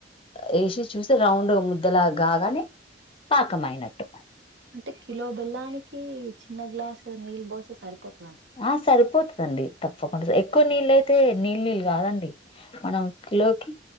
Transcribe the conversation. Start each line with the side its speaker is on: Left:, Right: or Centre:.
Left: వేసి చూస్తే రౌండ్గా ముద్దలా గాగానే పకమైనటు
Right: అంటే కిలో బెల్లానికి చిన్న గ్లాస్ నీళ్ళ బోస్తే సరిపోతుది
Left: ఆ సరిపోతుందండి తప్పకుండా ఎక్కువ నీళ్ళు అయితే నీళ్ళు నీళ్ళు కాదండి మనం కిలోకి